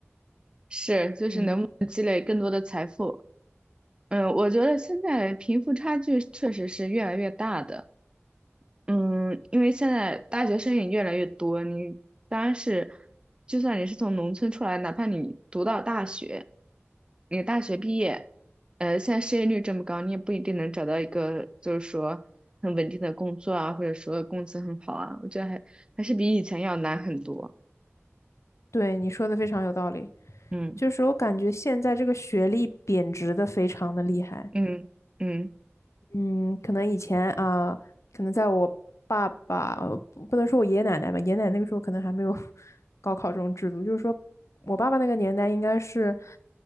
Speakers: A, on the right; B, on the left.
A: 是，就是能不能积累更多的财富？
B: 嗯，
A: 嗯，我觉得现在贫富差距确实是越来越大的。嗯，因为现在大学生也越来越多，你当然是，就算你是从农村出来，哪怕你读到大学，你大学毕业，呃，现在失业率这么高，你也不一定能找到一个就是说很稳定的工作啊，或者说工资很好啊，我觉得还还是比以前要难很多。
B: 对，你说的非常有道理。
A: 嗯。
B: 就是我感觉现在这个学历贬值的非常的厉害。
A: 嗯嗯
B: 嗯，可能以前啊，可能在我爸爸，呃不不能说我爷爷奶奶吧，爷爷奶奶那个时候可能还没有 <laughs> 高考这种制度，就是说我爸爸那个年代应该是，